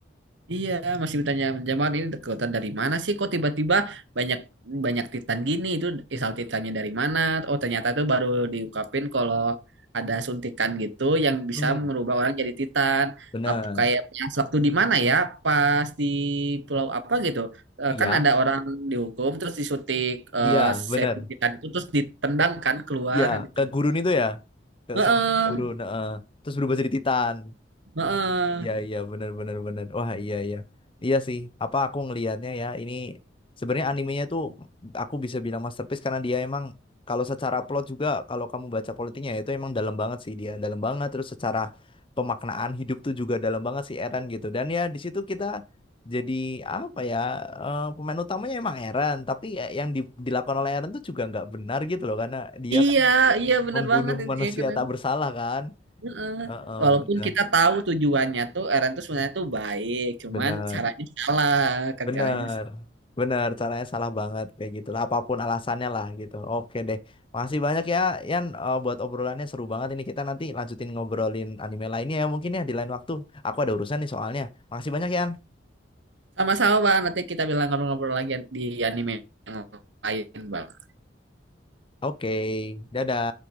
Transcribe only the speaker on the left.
hmm
bener
iya
iya bener
iya
ke gurun itu ya ke
sama gurun heeh. terus berubah jadi Titan
Iya iya bener bener bener. Wah iya iya. Iya sih. Apa aku ngelihatnya ya ini sebenarnya animenya tuh aku bisa bilang masterpiece karena dia emang kalau secara plot juga kalau kamu baca politiknya ya, itu emang dalam banget sih dia dalam banget terus secara pemaknaan hidup tuh juga dalam banget sih Eren gitu dan ya di situ kita jadi apa ya eh, pemain utamanya emang Eren tapi ya yang di- dilakukan oleh Eren tuh juga nggak benar gitu loh karena dia
kan
membunuh
manusia
tak bersalah kan.
Heeh,
benar
benar.
Bener,
bener. Caranya salah banget kayak gitu lah. Apapun alasannya lah gitu. Oke deh. Makasih banyak ya, Yan, eh, buat obrolannya seru banget. Ini kita nanti lanjutin ngobrolin anime lainnya ya mungkin ya di lain waktu. Aku ada urusan nih soalnya. Makasih banyak, Yan.
Oke, dadah.